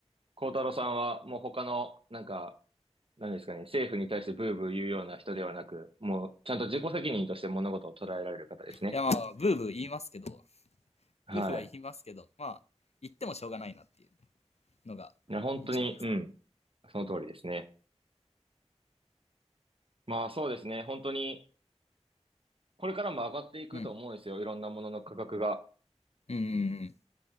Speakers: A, on the right (about 50°); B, on the left (about 65°).
A: 孝太郎さんはもう他の、なんか、何ですかね、政府に対してブーブー言うような人ではなく、もうちゃんと自己責任として物事を捉えられる方ですね。
B: やまあ、ブーブー言いますけど、
A: はい。
B: ブフは言いますけど、まあ、言ってもしょうがないなっていうのが一番ですね。
A: いや、本当に、うん、その通りですね。まあそうですね、本当に、これからも上がっていくと思うんですよ。
B: うん。
A: いろんなものの価格が。
B: うんうんうん。